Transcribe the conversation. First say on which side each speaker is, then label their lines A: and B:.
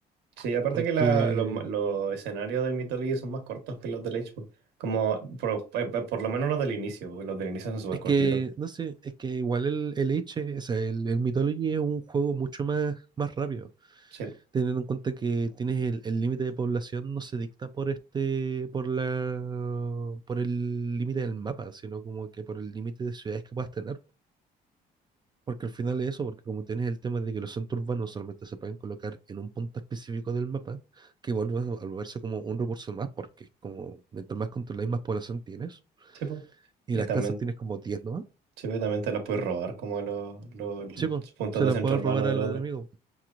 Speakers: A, on the right; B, on the right.
A: Sí, aparte
B: Porque
A: que la- los, ma- los escenarios del Myth League son más cortos que los del Age, po. Como por, eh, eh, por lo menos los del inicio, porque los del inicio son súper
B: es
A: cortitos.
B: que, no sé, es que igual el, el H, o sea, el, el Mythology es un juego mucho más, más rápido,
A: Sí,
B: teniendo en cuenta que tienes el el límite de población no se dicta por este, por la, por el límite del mapa, sino como que por el límite de ciudades que puedas tener. Porque al final es eso, porque como tienes el tema de que los centros urbanos solamente se pueden colocar en un punto específico del mapa, que vuelve a a volverse como un recurso más, porque como mientras más controláis, más población tienes,
A: sí, pues
B: y
A: Y
B: las
A: también,
B: casas tienes como 10 nomás.
A: sí, pues también te los puedes robar como los, los,
B: Sí, pues,
A: puntos
B: se
A: de
B: las
A: centro
B: pueden
A: urbano
B: robar
A: del
B: al
A: otro.
B: enemigo.